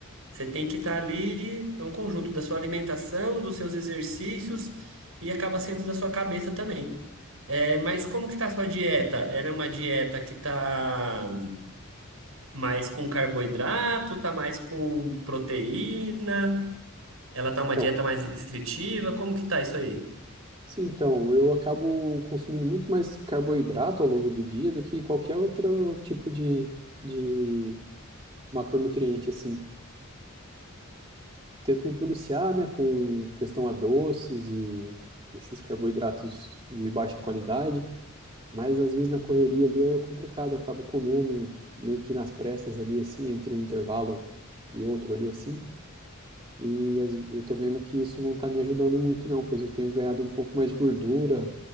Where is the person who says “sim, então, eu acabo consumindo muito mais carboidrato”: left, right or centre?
Right